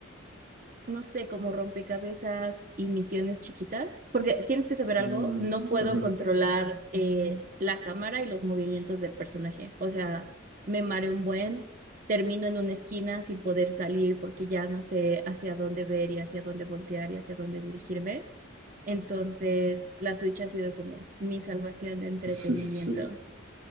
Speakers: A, on the right (about 40°); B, on the right (about 85°).
A: no sé, como rompecabezas y misiones chiquitas, porque tienes que saber
B: Mm,
A: algo, no puedo
B: ujú.
A: controlar eh, la cámara y los movimientos del personaje, o sea, me mareo un buen, termino en una esquina sin poder salir porque ya no sé hacia dónde ver y hacia dónde voltear y hacia dónde dirigirme. Entonces, la Switch ha sido como mi salvación de entretenimiento.
B: Sí, sí, sí.